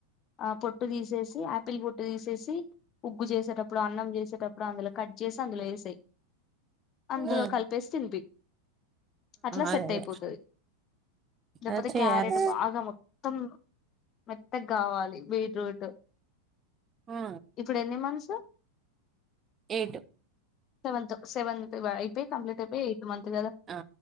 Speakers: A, on the left; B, on the right.
A: ఆ పొట్టు తీసేసి ఆపిల్ పొట్టు తీసేసి ఉగ్గు చేసేటప్ ప్పుడు అన్నం చేసేటప్పుడు అందులో కట్ చేసి అందులో ఏసేయి అందులో
B: ఉమ్
A: కలిపేసి తిన్పి అట్లా సెట్
B: అదే అదే
A: అయిపోతుది లేపోతే
B: అదే చేయాలి
A: క్యారెట్ బాగా మొత్తం మెత్తగావాలి బీట్రూట్
B: ఆ
A: ఇప్పుడు ఎన్ని మంత్స్
B: ఎయిట్
A: సెవెన్త్ సెవెంత్ అయిపోయి కంప్లీట్ అపో ఏ మంత్ కదా
B: ఆ